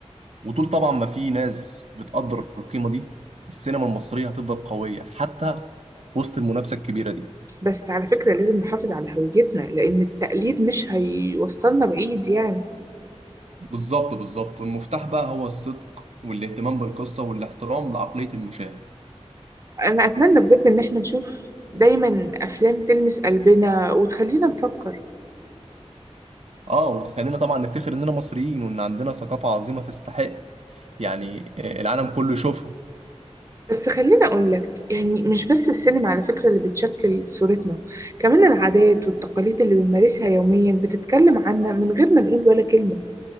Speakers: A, on the right; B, on the right.
A: وطول طبعا ما في ناس بتقدر القيمه دي السينما المصريه هتفضل قويه حتى وسط المنافسه الكبيره دي
B: بس على فكرة لازم نحافظ على هويتنا لان التقليد مش هيوصلنا بعيد يعني
A: بالظبط بالظبط والمفتاح بقى هو الصدق والاهتمام بالقصة والاحترام لعقلية المشاهد
B: انا اتمنى بجد ان احنا نشوف دايما افلام تلمس قلبنا وتخلينا نفكر
A: اه وتخلينا طبعا نفتخر اننا مصريين وان عندنا ثقافة عظيمة تستحق يعني آه، العالم كله يشوفها
B: بس خليني أقول لك يعني مش بس السينما على فكرة اللي بتشكل صورتنا كمان العادات والتقاليد اللي بنمارسها يوميا بتتكلم عنا من غير ما نقول ولا كلمة